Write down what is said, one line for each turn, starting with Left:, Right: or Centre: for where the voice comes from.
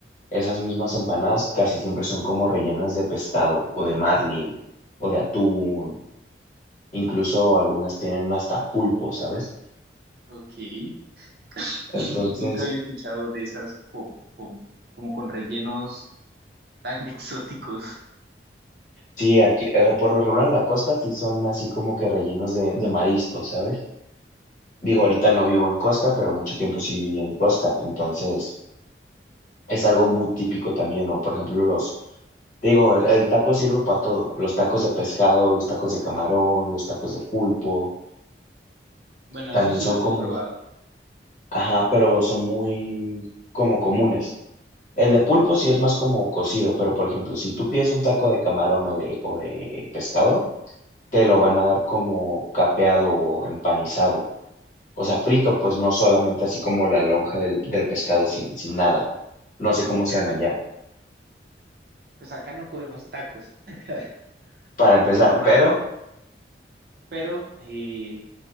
Left: esas mismas empanadas casi siempre son como rellenas de pescado o de marlin o de atún, incluso algunas tienen hasta pulpo, ¿sabes?
Right: Ok. <laughs>
Left: Entonces...
Right: <clears throat> Nunca había escuchado de esas con, con, como con rellenos tan <laughs> exóticos.
Left: Sí, aquí, eh, por lo regular en la costa sí son así como que rellenos de, de mariscos, ¿sabes? Digo, ahorita no vivo en costa, pero mucho tiempo sí viví en costa, entonces es algo muy típico también, ¿no? Por ejemplo, los, te digo, el, el taco sirve para todo, los tacos de pescado, los tacos de camarón, los tacos de pulpo,
Right: Bueno,
Left: también
Right: eso sí
Left: son
Right: los
Left: como,
Right: he probado.
Left: ajá, pero son muy como comunes. El de pulpo sí es más como cocido, pero por ejemplo, si tú pides un taco de camarón o de, o de pescado, te lo van a dar como capeado o empanizado. O sea, frito, pues no solamente así como la lonja del, del pescado sin, sin nada. No sé cómo sean allá,
Right: Pues acá no comemos tacos, <laughs>
Left: para empezar,
Right: por lo...
Left: pero,
Right: Pero, eh,